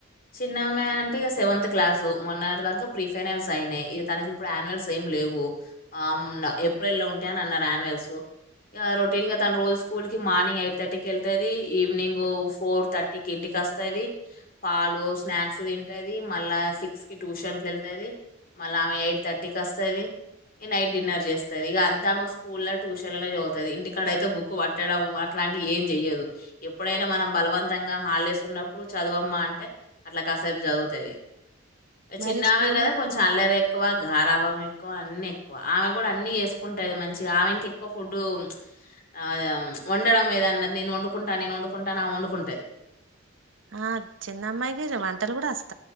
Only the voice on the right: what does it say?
మరి స్కూల్
ఆ చిన్నమ్మాయికి ఇజ వంటలు గూడా ఒస్త